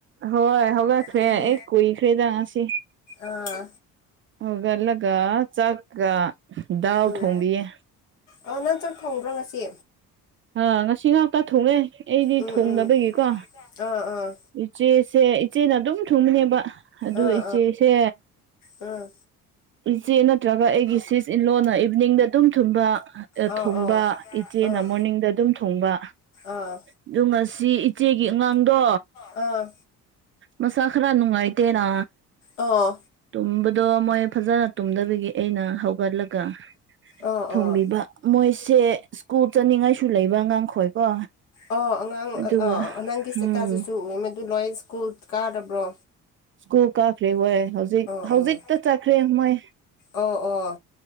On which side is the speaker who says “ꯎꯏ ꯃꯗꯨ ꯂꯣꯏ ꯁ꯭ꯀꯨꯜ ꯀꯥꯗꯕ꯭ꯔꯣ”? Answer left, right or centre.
Left